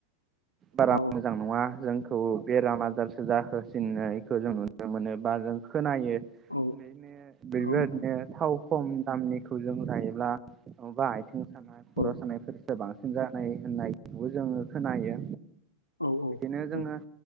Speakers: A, on the right; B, on the left.
A: बारा
B: औ
A: मोजां नंङा जों खौ बेराम आजारसो जाहोसिननायखौ जों नुनो मोनो बा जों खोनायो
B: औ
A: बेनो बेबायदिनो
B: औ नोंथां
A: थाव खम दामनिखौ जों लायोब्ला माबा आथिं सानाय खर'
B: औ
A: सानायफोरसो बांसिन जानाय होननायखौबो जोंङो खोनायो
B: औ
A: बिदिनो
B: औ
A: जोंङो